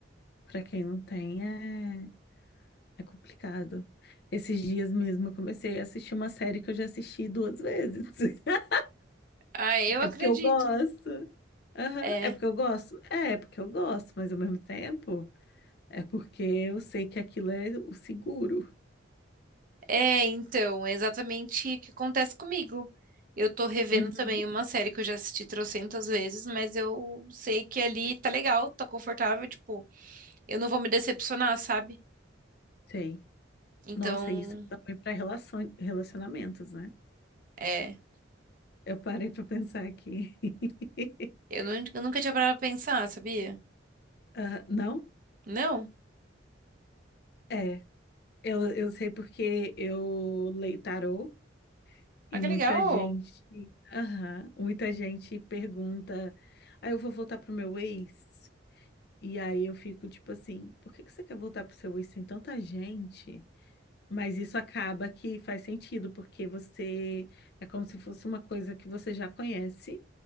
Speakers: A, on the left; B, on the right.
A: pra quem não tem, é, é complicado. Esses dias mesmo eu comecei a assistir uma série que eu já assisti duas vezes. <laughs>
B: Ah, eu
A: É
B: acredito.
A: porque eu gosto. Aham,
B: É,
A: É porque eu gosto? É, é porque eu gosto, mas ao mesmo tempo. É porque eu sei que aquilo é o seguro.
B: é, então, é exatamente o que acontece comigo. Eu tô revendo
A: Uhum.
B: também uma série que eu já assisti trocentas vezes, mas eu sei que ali tá legal, tá confortável, tipo, eu não vou me decepcionar, sabe?
A: Sei.
B: Então,
A: Nossa, isso é também para relacion... relacionamentos, né?
B: é,
A: Eu parei para pensar aqui. <laughs>
B: eu, nun- eu nunca tinha parado pra pensar, sabia?
A: Ah, não?
B: Não?
A: É. Eu, eu sei porque eu leio tarô e
B: Ah, que
A: muita
B: legal.
A: gente. Aham, muita gente pergunta. Aí eu vou voltar pro meu ex. E aí eu fico tipo assim: por que que você quer voltar pro seu ex? Tem tanta gente. Mas isso acaba que faz sentido, porque você é como se fosse uma coisa que você já conhece.